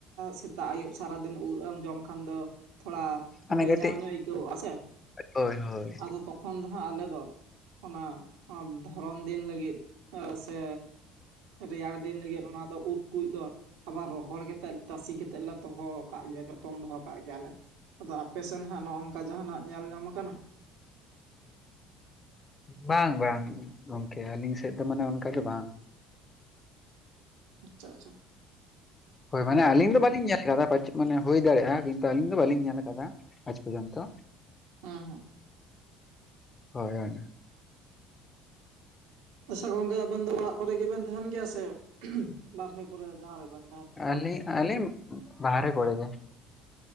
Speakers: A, on the right (about 75°); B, on the left (about 30°).
A: ᱥᱮᱛᱟᱜ ᱟᱹᱭᱩᱵ ᱥᱟᱨᱟᱫᱤᱱ ᱩᱫᱽ ᱮᱢ ᱡᱚᱢ ᱠᱷᱟᱱ ᱫᱚ᱾ ᱛᱷᱚᱲᱟ
B: ᱢᱟᱱᱮ
A: ᱵᱮᱡᱟᱨ
B: ᱠᱟᱹᱴᱤᱡ
A: ᱧᱚᱜ ᱟᱹᱭᱠᱟᱹᱣᱚᱜ ᱟ ᱥᱮ
B: ᱦᱳᱭ ᱦᱳᱭ
A: ᱟᱫᱚ ᱛᱚᱠᱷᱚᱱ ᱫᱚ ᱦᱟᱸᱟᱜ ᱟᱞᱮ ᱫᱚ᱾ ᱚᱱᱟ ᱚᱱᱟ ᱫᱷᱚᱨᱚᱱ ᱫᱤᱱ ᱞᱟᱹᱜᱤᱫ᱾ ᱥᱮ ᱨᱮᱭᱟᱲ ᱫᱤᱱ ᱞᱟᱹᱜᱤᱫ ᱚᱱᱟ ᱫᱚ ᱩᱫᱽ ᱠᱩᱡ ᱫᱚ᱾ ᱟᱵᱟᱨ ᱨᱚᱦᱚᱲ ᱠᱟᱛᱮᱜ ᱛᱟᱥᱮ ᱠᱟᱛᱮᱜ ᱞᱮ ᱫᱚᱦᱚ ᱠᱟᱜ ᱜᱮᱭᱟ ᱡᱚᱛᱚᱱ ᱫᱚᱦᱚ ᱠᱟᱜ ᱜᱮᱭᱟᱞᱮ, ᱟᱫᱚ ᱯᱮᱥᱮᱱ ᱦᱟᱜ ᱱᱚᱜ ᱱᱚᱝᱠᱟ ᱡᱟᱦᱱᱟᱜ ᱧᱮᱞ ᱧᱟᱢ ᱟᱠᱟᱱᱟ?
B: ᱵᱟᱝ ᱵᱟᱝ ᱜᱚᱝᱠᱮ ᱟᱞᱤᱧ ᱥᱮᱫ ᱫᱚ ᱢᱟᱱᱮ ᱚᱱᱠᱟ ᱫᱚ ᱵᱟᱝ᱾
A: ᱟᱪᱪᱷᱟ ᱟᱪᱪᱷᱟ᱾
B: ᱦᱳᱭ
A: ᱦᱮᱸ
B: ᱢᱟᱱᱮ ᱟᱞᱤᱧ ᱫᱚ ᱵᱟᱞᱤᱧ ᱧᱮᱞ ᱟᱠᱟᱫᱟ ᱢᱟᱱᱮ ᱦᱳᱭ ᱫᱟᱲᱮᱭᱟᱜᱼᱟ ᱠᱤᱱᱛᱩ ᱟᱹᱞᱤᱧ ᱫᱚ ᱵᱟᱞᱤᱧ ᱧᱮᱞ ᱟᱠᱟᱫᱟ ᱟᱡᱽ ᱯᱚᱨᱡᱚᱱᱛᱚ᱾
A: ᱚ ᱦᱚᱸ᱾
B: ᱦᱳᱭ ᱦᱚᱭ᱾
A: ᱟᱪᱪᱷᱟ ᱜᱚᱝᱠᱮ ᱟᱵᱮᱱ ᱫᱚ ᱚᱲᱟᱜ ᱠᱚᱨᱮ ᱜᱮᱵᱮᱱ ᱛᱟᱦᱮᱱ ᱜᱮᱭᱟ ᱥᱮ ᱵᱟᱦᱨᱮ ᱠᱚᱨᱮ ᱡᱟᱦᱟᱸ ᱨᱮᱵᱮᱱ? ᱛᱟᱦᱮᱱ ᱜᱮᱭᱟ
B: ᱟᱞᱤ
A: ᱵᱟᱡᱟᱨ ᱥᱮᱫ ᱨᱮ
B: ᱟᱞᱤᱧ ᱵᱟᱦᱨᱮ ᱠᱚᱨᱮ ᱜᱮ᱾